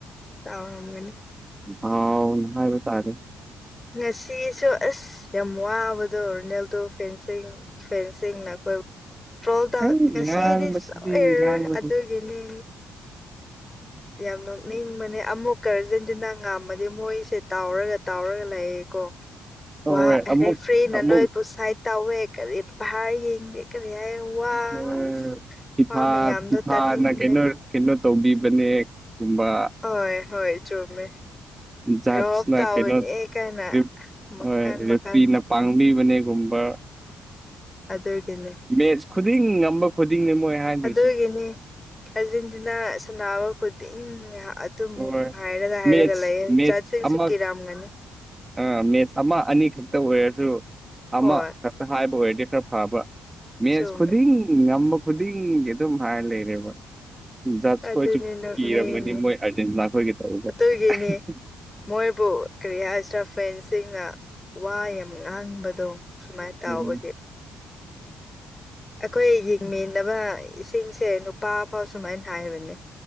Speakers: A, on the left (about 20°); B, on the right (about 15°).
A: ꯇꯥꯎꯔꯝꯒꯅꯤ
B: ꯗꯥꯎꯟ ꯍꯥꯏꯕ ꯇꯥꯔꯦ
A: ꯃꯦꯁꯤꯁꯨ ꯑꯁ ꯌꯥꯝ ꯋꯥꯕꯗꯣ ꯔꯣꯅꯦꯜꯗꯣ ꯐꯦꯟꯁꯤꯡ ꯐꯦꯟꯁꯤꯡꯅ ꯑꯩꯈꯣꯏ ꯇ꯭ꯔꯣꯜ ꯇ
B: ꯑꯩ
A: ꯉꯁꯤꯗꯤ
B: ꯉꯥꯡꯕꯁꯤꯗꯤ
A: ꯁꯣꯏꯔꯔꯣꯏ
B: ꯉꯥꯡꯕꯁꯤ
A: ꯑꯗꯨꯒꯤꯅꯦ ꯌꯥꯝ ꯅꯣꯛꯅꯤꯡꯕꯅꯦ ꯑꯃꯨꯛ ꯀꯥꯔꯖꯦꯟꯇꯤꯅꯥ ꯉꯥꯝꯃꯗꯤ ꯃꯣꯏꯁꯦ ꯇꯥꯎꯔꯒ ꯇꯥꯎꯔꯒ ꯂꯥꯛꯑꯦꯀꯣ ꯋꯥ
B: ꯍꯣꯏ
A: ꯑꯦꯔꯦ
B: ꯑꯃꯨꯛ
A: ꯐ꯭ꯔꯤ ꯅ
B: ꯑꯃꯨꯛ
A: ꯅꯣꯏꯕꯨ ꯁꯥꯏꯠ ꯇꯧꯋꯦ ꯀꯔꯤ ꯚꯥꯔ ꯌꯦꯡꯗꯦ ꯀꯔꯤ ꯍꯥꯏꯌꯦ ꯋꯥ
B: ꯍꯣꯏ,
A: ꯑꯁ
B: ꯐꯤꯐꯥ
A: ꯋꯥ ꯃꯌꯥꯝꯗꯣ
B: ꯐꯤꯐꯥꯅ
A: ꯇꯥꯅꯤꯡꯗꯦ
B: ꯀꯩꯅꯣ ꯀꯩꯅꯣ ꯇꯧꯕꯤꯕꯅꯦ ꯀꯨꯝꯕ
A: ꯍꯣꯏ ꯍꯣꯏ ꯆꯨꯝꯃꯦ
B: ꯖꯍꯖꯅ
A: ꯔꯣꯞ ꯇꯥꯕꯅꯦ
B: ꯀꯩꯅꯣ
A: ꯀꯥꯏꯅ
B: ꯔꯤꯞ
A: ꯃꯈꯜ
B: ꯍꯣꯏ
A: ꯃꯈꯜ
B: ꯔꯦꯐ꯭ꯔꯤꯅ ꯄꯥꯡꯕꯤꯕꯅꯦꯒꯨꯝꯕ
A: ꯑꯗꯨꯒꯤꯅꯦ
B: ꯃꯦꯁ ꯈꯨꯗꯤꯡ ꯉꯝꯕ ꯈꯨꯗꯤꯡꯅꯦ ꯃꯣꯏ ꯍꯥꯏꯗꯣꯏꯁꯦ
A: ꯑꯗꯨꯒꯤꯅꯤ ꯑꯥꯔꯖꯦꯟꯇꯤꯅꯥ ꯁꯥꯟꯅꯕ ꯈꯨꯗꯤꯡ ꯉꯥꯏꯍꯥꯛ ꯑꯗꯨꯝ
B: ꯍꯣꯏ
A: ꯍꯥꯏꯔꯒ ꯍꯥꯏꯔꯒ
B: ꯃꯦꯠꯆ
A: ꯂꯩꯌꯦ
B: ꯃꯦꯠꯆ
A: ꯆꯖꯥꯠꯁꯤꯡꯁꯨ
B: ꯑꯃ
A: ꯀꯤꯔꯥꯝꯒꯅꯤ
B: ꯑꯥ ꯃꯦꯠꯁ ꯑꯃ ꯑꯅꯤꯈꯛꯇ ꯑꯣꯏꯔꯁꯨ ꯑꯃ
A: ꯍꯣꯏ
B: ꯍꯥꯏꯕ ꯑꯣꯏꯔꯗꯤ ꯈꯔ ꯐꯕ ꯃꯦꯠꯁ
A: ꯆꯨꯝꯃꯦ
B: ꯈꯨꯗꯤꯡ ꯉꯝꯕ ꯈꯨꯗꯤꯡꯒꯤ ꯁꯨꯝ ꯍꯥꯏꯔ ꯂꯩꯔꯦꯕ ꯖꯥꯠ
A: ꯑꯗꯨꯅꯤ
B: ꯈꯣꯏꯁꯨ
A: ꯅꯣꯛꯅꯤꯡꯉꯤ
B: ꯀꯤꯔꯝꯒꯅꯤ ꯃꯣꯏ ꯑꯥꯔꯖꯦꯟꯇꯤꯅꯥ ꯈꯣꯏꯒ ꯇꯒ
A: ꯑꯗꯨꯒꯤꯅꯤ
B: <unintelligible>
A: ꯃꯣꯏꯕꯨ ꯀꯔꯤ ꯍꯥꯏ ꯏꯁꯇꯥ꯭ꯔꯐꯦꯟꯁꯤꯡꯅ ꯋꯥ ꯌꯥꯝ ꯉꯥꯡꯍꯟꯕꯗꯣ ꯁꯨꯃꯥꯏꯅ ꯇꯥꯎꯕꯒꯤ
B: ꯎꯝ
A: ꯑꯩꯈꯣꯏ ꯌꯦꯡꯃꯤꯟꯅꯕ ꯏꯁꯤꯡꯁꯦ ꯅꯨꯄꯥ ꯐꯥꯎ ꯁꯨꯃꯥꯏꯅ ꯍꯥꯏꯕꯅꯦ